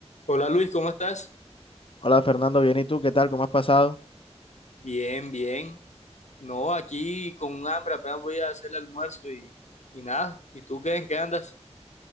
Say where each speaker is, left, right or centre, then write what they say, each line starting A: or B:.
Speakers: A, on the left; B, on the left.
A: Hola Luis, ¿cómo estás?
B: Hola Fernando, bien, ¿y tú qué tal? ¿Cómo has pasado?
A: Bien, bien. No, aquí con un hambre, apenas voy a hacer el almuerzo y, y nada. ¿Y tú qué? ¿En qué andas?